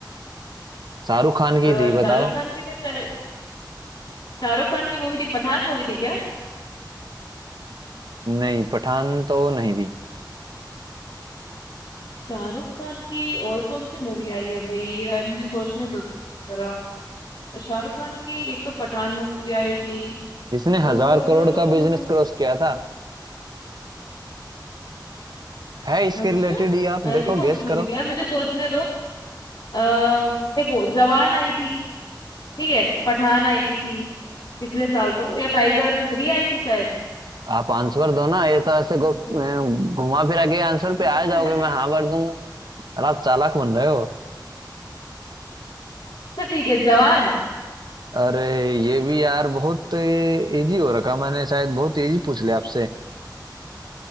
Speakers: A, on the right; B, on the left.
A: शाहरुख खान की
B: अ,
A: थी बताओ
B: शाहरुख खान की तो शायद शाहरुख खान की मूवी थी पठान मूवी थी क्या
A: नहीं पठान तो नहीं थी
B: शाहरुख खान की और कौन सी मूवी आई है भाई अ, मुझे सोचने दो जरा शाहरुख खान की एक तो पठान मूवी आई थी
A: जिसने हजार
B: और
A: करोड़
B: अ,
A: का बिजनेस क्रॉस किया था है इसके
B: अच्छा
A: रिलेटेड ही आप
B: ऐसी
A: देखो
B: कौन
A: गेस
B: सी मूवी
A: करो
B: थी यार मुझे सोचने दो अ देखो जवान आई थी ठीक है पठान आई थी पिछले साल तो या टाइगर थ्री आई थी शायद
A: आप आंसर दो ना ये तो ऐसे गो- अ,
B: तो
A: घुमा फिरा के आंसर
B: <laughs>
A: पे आ जाओगे मैं हाँ भर दूंगा और आप चालाक बन रहे हो
B: तो ठीक है जवान
A: अरे ये भी यार बहुत इजी हो रखा मैंने शायद बहुत इजी पूछ लिया आपसे